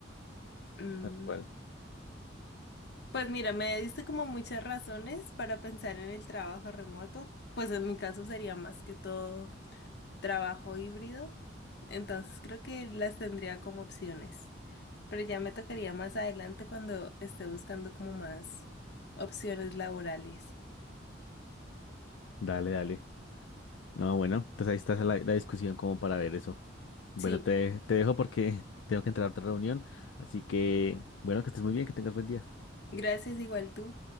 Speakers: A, on the left (about 60°); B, on the left (about 75°).
A: Mm,
B: tal cual.
A: pues mira, me diste como muchas razones para pensar en el trabajo remoto. Pues en mi caso sería más que todo trabajo híbrido. Entonces creo que las tendría como opciones. Pero ya me tocaría más adelante cuando esté buscando como más opciones laborales.
B: Dale, dale. No, bueno, entonces ahí está la, la discusión como para ver eso. Bueno,
A: Sí,
B: te, te dejo porque <laughs> tengo que entrar a otra reunión, así que, bueno, que estés muy bien, que tengas buen día.
A: gracias igual tú.